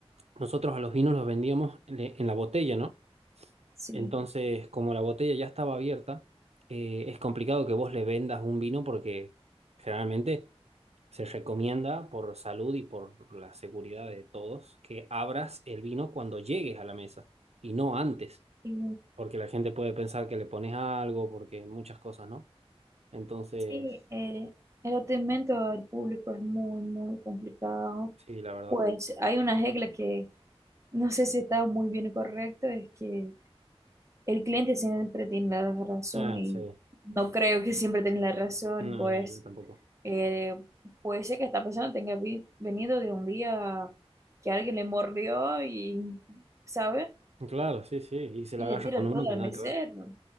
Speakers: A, on the right; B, on the right.
A: nosotros a los vinos los vendíamos en en la botella, ¿no?
B: Sí.
A: Entonces, como la botella ya estaba abierta, eh, es complicado que vos le vendas un vino porque generalmente se recomienda por salud y por la seguridad de todos que abras el vino cuando llegues a la mesa y no antes,
B: Sí.
A: porque la gente puede pensar que le pones algo, porque muchas cosas, ¿no? Entonces,
B: Sí, eh, el atendimiento al público es muy, muy complicado.
A: sí, la verdad.
B: Pues hay una regla que no sé si está muy bien correcto, es que el cliente siempre tiene la razón
A: Ah,
B: y
A: sí.
B: no creo que siempre tenga la razón,
A: No,
B: pues
A: no, yo tampoco.
B: eh, puede ser que esta persona tenga vi- venido de un día que alguien le mordió y, ¿sabe?
A: Claro, sí, sí. Y se
B: Y
A: la agarra
B: le tira
A: con uno
B: todo
A: que
B: al
A: nada
B: mesero.
A: que ver.